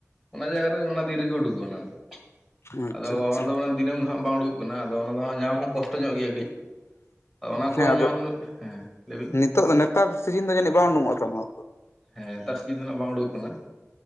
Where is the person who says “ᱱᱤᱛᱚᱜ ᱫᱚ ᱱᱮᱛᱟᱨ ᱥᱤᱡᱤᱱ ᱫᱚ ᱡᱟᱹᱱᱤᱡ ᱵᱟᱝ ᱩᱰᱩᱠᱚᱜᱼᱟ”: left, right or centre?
Left